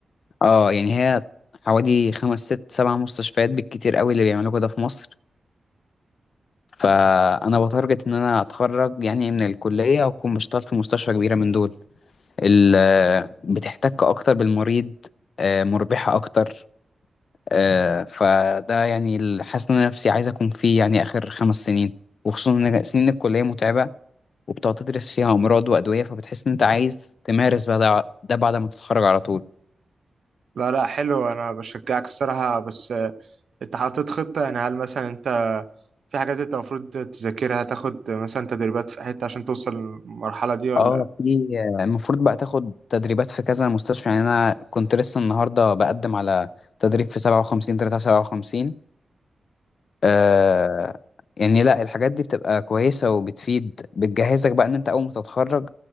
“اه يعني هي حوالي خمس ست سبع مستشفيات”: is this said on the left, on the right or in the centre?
Left